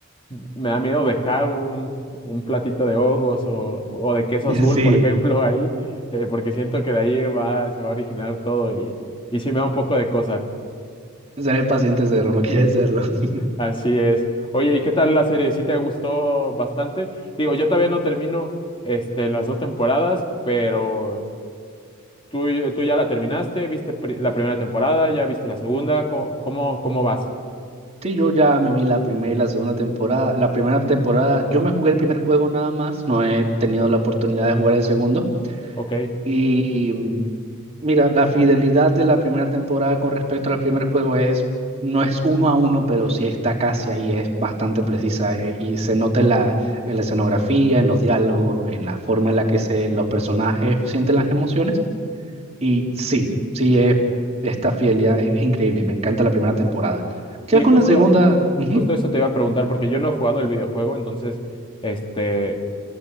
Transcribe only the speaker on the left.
me da miedo dejar un, un platito de hongos o, o de queso
azul,
por ejemplo, ahí eh, porque siento que de ahí va, se va a originar todo y, y sí me da un poco de cosa.
Así es. Oye, ¿y qué tal la serie? ¿Sí te gustó bastante? Digo, yo todavía no termino este, las dos temporadas, pero tú, tú ya la terminaste, viste pri- la primera temporada, ya viste la segunda, ¿cómo, cómo, cómo vas?
Ok.
Sí,
justo.
Justo eso te iba a preguntar, porque yo no he jugado el videojuego, entonces, este,